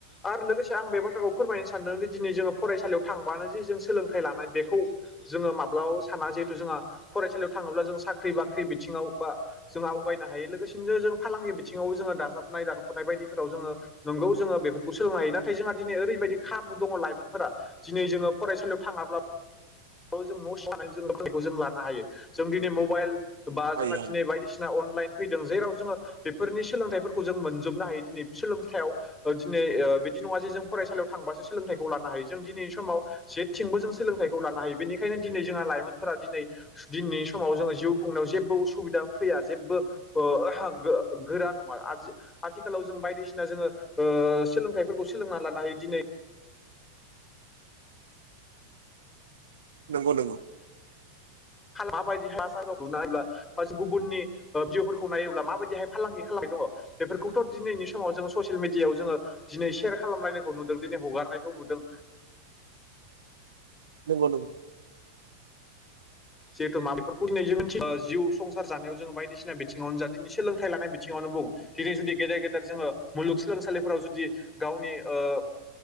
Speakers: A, on the left (about 15°); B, on the right (about 65°).
A: आरो लोगोसे आं बे बाथ्राखौ फोरमायनो सानदों दिनै जोङो फरायसालियाव थांबानो जे जों सोलोंथाइ लानाय बेखौ जोङो माब्लाबाबो साना जिहेथु जोंहा फरायसालियाव थाङोब्ला जों साख्रि बाख्रि बिथिङाव बा जों आवगायनो हायो लोगोसेनो जों फालांगि बिथिङाव जोङो दाजाबनाय दानख'नाय बायदिफोराव जोङो नोंगौ जोङो बेफोरखौ सोलोंनो हायो नाथाय जोंहा दिनै ओरैबायदि खाबु दङ लाइमोनफोरा दिनै जोङो फरायसालियाव थाङाब्ला जों न' सिंआव थानानै जोङोखौ जों लानो हायो जों दिनै मबाइल बा
B: हायो
A: जोंहा
B: हायो
A: दिनै बायदिसिना अनलाइन फैदों जेराव जोङो बेफोरनि सोलोंथाइ खौ जों मोनजोबनो हायो दिनै सोलोंथायाव दिनै ओ बिदि नङा जे जों फरायसालियाव थांबासो सोलोंथाइखौ लानो हायो जों दिनैनि समाव जेथिंबो जों सोलोंथाइखौ लानो हायो बेनिखायनो दिनै जोंहा लाइमोनफोरा दिनै दिनैनि समाव जोङो जिउ खुंनायाव जेबो उसुबिदा फैया जेबबो ओ गो-गोरा नङा आ आथिखालाव जों बायदिसिना जोङो ओ सोलोंथाइफोरखौ सोलोंना लानो हायो दिनै
B: नोंगौ नोंगौ
A: माबायदिहाय <unintelligible> ब्ला बा गुबुननि जिउफोरखौ नायोब्ला माबायदिहाय फालांगि खालामबाय दङ। बेफोरखौथ' दिनैनि समाव जोङो ससियेल मिडियायाव जोङो दिनै सेयार खालामनायखौ नुदों दिनै हगारनायखौ नुदों।
B: नंगौ नंगौ
A: जिहेथु मा बेफोरखौ दिनै जों मिथियो जिउ संसार जानायाव जोङो बायदिसिना बिथिङावनो जा दिनै सोलोंथाइ लानाय बिथिङावनो बुं दिनै जुदि गेदेर गेदेर जोङो मुलुगसोलोंसालिफोराव जुदि गावनि ओ